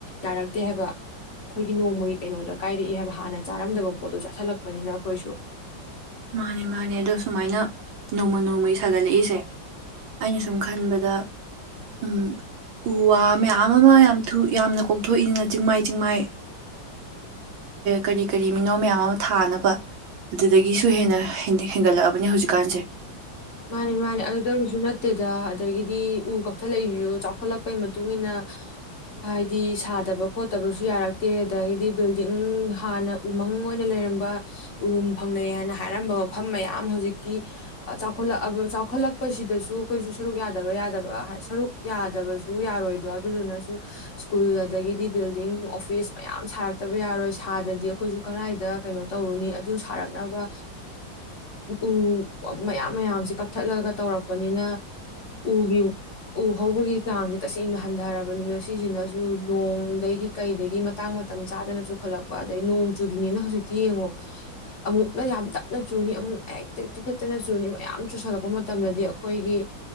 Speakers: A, on the left; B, on the right.
A: ꯌꯥꯔꯛꯇꯦ ꯍꯥꯏꯕ ꯑꯩꯈꯣꯏꯒꯤ ꯅꯣꯡꯃꯒꯤ ꯀꯩꯅꯣꯗ ꯀꯥꯏꯔꯛꯏ ꯍꯥꯏꯕ ꯍꯥꯟꯅ ꯆꯥꯔꯝꯗꯕ ꯄꯣꯠꯇꯣ ꯆꯥꯥꯁꯜꯂꯛ ꯄꯅꯤꯅ ꯑꯈꯣꯏꯁꯨ
B: ꯃꯥꯅꯦ ꯃꯥꯅꯦ ꯑꯗꯣ ꯁꯨꯃꯥꯏꯅ ꯅꯣꯡꯃ ꯅꯣꯡꯃꯒꯤ ꯁꯥꯒꯠꯂꯛꯏꯁꯦ ꯑꯩꯅ ꯁꯨꯝ ꯈꯟꯕꯗ ꯎꯝ ꯎ ꯋꯥ ꯃꯌꯥꯝ ꯑꯃ ꯌꯥꯝ ꯊꯨꯅ ꯌꯥꯝꯅ ꯀꯣꯛꯊꯣꯛꯏꯅ ꯆꯤꯡꯃꯥꯏ ꯆꯤꯡꯃꯥꯏ ꯀꯔꯤ ꯀꯔꯤ ꯃꯤꯅꯣ ꯃꯌꯥꯝ ꯑꯃ ꯊꯥꯅꯕ ꯑꯗꯨꯗꯒꯤꯁꯨ ꯍꯦꯟꯅ ꯍꯦꯟꯒꯠꯂꯛꯑꯕꯅꯦ ꯍꯧꯖꯤꯛꯀꯥꯟꯖꯦ
A: ꯃꯥꯅꯤ ꯃꯥꯅꯤ ꯑꯗꯨꯗꯩꯁꯨ ꯅꯠꯇꯦꯗ ꯑꯗꯒꯤꯗꯤ ꯎ ꯀꯛꯊꯠꯂꯛꯏꯁꯨ ꯆꯥꯎꯈꯠꯂꯛ ꯄꯩ ꯃꯇꯨꯡꯏꯟꯅ ꯍꯥꯏꯗꯤ ꯁꯥꯗꯕ ꯈꯣꯠꯇꯕꯁꯨ ꯌꯥꯔꯛꯇꯦ ꯑꯗꯒꯤꯗꯤ ꯕꯤꯜꯗꯤꯡ ꯍꯥꯟꯅ ꯎꯃꯪ ꯑꯣꯏꯅ ꯂꯩꯔꯝꯕ ꯎꯔꯨꯝ ꯐꯪꯅꯩ ꯍꯥꯏꯅ ꯍꯥꯏꯔꯝꯕ ꯃꯐꯝ ꯃꯌꯥꯝ ꯍꯧꯖꯤꯛꯇꯤ ꯆꯥꯎ ꯆꯥꯎꯈꯠꯂꯛꯑꯕ ꯆꯥꯎꯈꯠꯂꯛꯄꯁꯤꯗꯁꯨ ꯑꯩꯈꯣꯏꯁꯨ ꯁꯔꯨꯛ ꯌꯥꯗꯕ ꯌꯥꯗꯕ ꯁꯔꯨꯛ ꯌꯥꯗꯕꯁꯨ ꯌꯥꯔꯣꯏꯗꯣ ꯑꯗꯨꯗꯨꯅꯁꯨ ꯁ꯭ꯀꯨꯜ ꯑꯗꯒꯤꯗꯤ ꯕꯤꯜꯗꯤꯡ ꯑꯣꯐꯤꯁ ꯃꯌꯥꯝ ꯁꯥꯔꯛꯇꯕ ꯌꯥꯔꯣꯏ ꯁꯥꯗ꯭ꯔꯗꯤ ꯑꯩꯈꯣꯏꯁꯨ ꯀꯗꯥꯥꯏꯏꯗ ꯀꯩꯅꯣ ꯇꯧꯔꯨꯅꯤ ꯑꯗꯨ ꯁꯥꯔꯛꯅꯕ ꯎ ꯃꯌꯥꯝ ꯃꯌꯥꯝꯁꯦ ꯀꯛꯊꯠꯂꯒ ꯇꯧꯔꯛꯄꯅꯤꯅ ꯎꯒꯤ ꯎ ꯍꯧꯕꯒꯤ ꯆꯥꯡꯁꯦ ꯇꯁꯦꯡꯅ ꯍꯟꯗꯔꯕꯅꯤꯅ ꯁꯤꯁꯤꯅꯁꯨ ꯅꯣꯡꯗꯒꯤ ꯀꯩꯗꯒꯤ ꯃꯇꯥꯡ ꯃꯇꯝ ꯆꯥꯗꯅ ꯆꯨꯈꯠꯂꯛꯄ ꯑꯗꯩ ꯅꯣꯡ ꯆꯨꯔꯤꯅꯤꯅ ꯍꯧꯖꯤꯛꯇꯤ ꯌꯦꯡꯉꯣ ꯑꯃꯨꯛꯅ ꯌꯥꯝ ꯇꯞꯅ ꯆꯨꯅꯤ ꯑꯃꯨꯛꯅ ꯍꯦꯛꯇ ꯇꯤꯈꯠꯇꯅ ꯆꯨꯅꯤ ꯃꯌꯥꯝ ꯆꯨꯁꯜꯂꯛꯄ ꯃꯇꯝꯗꯗꯤ ꯑꯈꯣꯏꯒꯤ